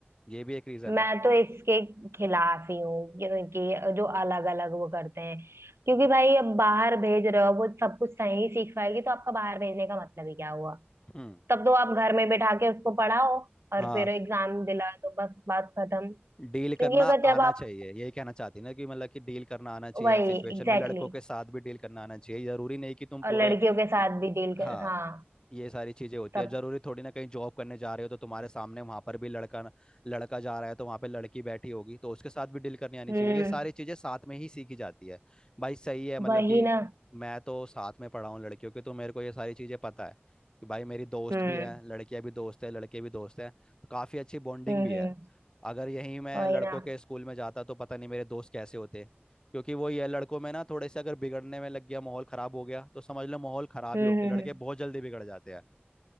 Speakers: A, on the left; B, on the right.
A: ये भी एक रीजन
B: मैं
A: है
B: तो इसके खिलाफ ही हूँ क्योंकि जो अलग अलग वो करते हैं क्योंकि भाई अब बाहर भेज रहे हो वो सब कुछ सही सीख पाएगी तो आपका बाहर भेजने का मतलब ही क्या हुआ
A: हम्म
B: तब तो आप घर में बैठा के उसको पढ़ाओ और
A: हाँ
B: फिर एग्जाम दिला दो बस बात खत्म
A: डील
B: क्योंकि
A: करना
B: अगर जब
A: आना
B: आप
A: चाहिए यही कहना चाहती ना कि मतलब कि डील करना आना चाहिए
B: वही
A: हर सिचुएशन
B: एग्जैक्टली exactly,
A: में लड़कों के साथ भी डील करना आना चाहिए जरूरी नहीं कि तुम पूरे
B: और लड़कियों के साथ भी डील
A: हाँ
B: कर हाँ
A: ये सारी चीजें होती
B: तब
A: है जरूरी थोड़ी ना कहीं जॉब करने जा रहे हो तो तुम्हारे सामने वहां पर भी लड़का लड़का जा रहा है तो वहां पे लड़की बैठी होगी तो उसके साथ भी डील करनी आनी
B: हम्म
A: चाहिए ये सारी चीजें साथ में ही सीखी जाती है भाई सही है मतलब
B: वही
A: कि
B: ना
A: मैं तो साथ में पढ़ा हूँ लड़कियों के तो मेरे को ये सारी चीजें पता है कि भाई मेरी दोस्त
B: हम्म
A: भी है लड़कियां भी दोस्त है लड़के भी दोस्त हैं तो काफी अच्छी बॉन्डिंग
B: हम्म
A: भी है
B: हम्म
A: अगर यहीं मैं
B: वही
A: लड़कों
B: ना
A: के स्कूल में जाता तो पता नहीं मेरे दोस्त कैसे होते क्योंकि वो ये लड़कों में ना थोड़े से अगर बिगड़ने में लग गया माहौल खराब हो गया तो समझ लो माहौल खराब
B: हम्म
A: ही हो गया
B: हम्म
A: लड़के
B: हम्म,
A: बहुत जल्दी बिगड़ जाते हैं